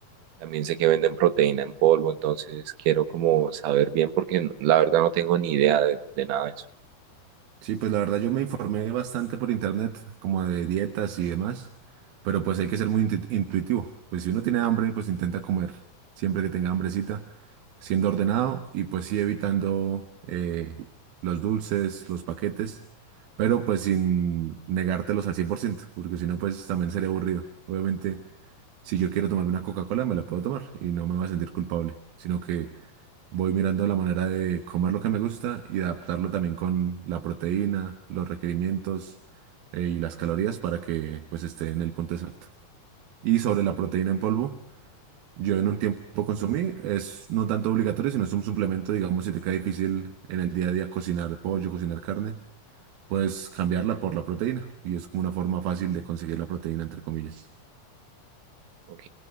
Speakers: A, on the right; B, on the right.
A: También sé que venden proteína en polvo, entonces quiero como saber bien porque n- la verdad no tengo ni idea de, de nada de eso.
B: Sí, pues la verdad yo me informé bastante por internet, como de dietas y demás, pero pues hay que ser muy intu- intuitivo. Pues si uno tiene hambre, pues intenta comer siempre que tenga hambrecita, siendo ordenado y pues sí evitando eh, los dulces, los paquetes, pero pues sin negártelos al 100%, porque si no, pues también sería aburrido. Obviamente, si yo quiero tomarme una Coca-Cola, me la puedo tomar y no me voy a sentir culpable, sino que Voy mirando la manera de comer lo que me gusta y de adaptarlo también con la proteína, los requerimientos eh, y las calorías para que pues esté en el punto exacto. Y sobre la proteína en polvo, yo en un tiempo consumí, es no tanto obligatorio, sino es un suplemento, digamos, si te queda difícil en el día a día cocinar pollo, cocinar carne, puedes cambiarla por la proteína y es como una forma fácil de conseguir la proteína, entre comillas.
A: Ok,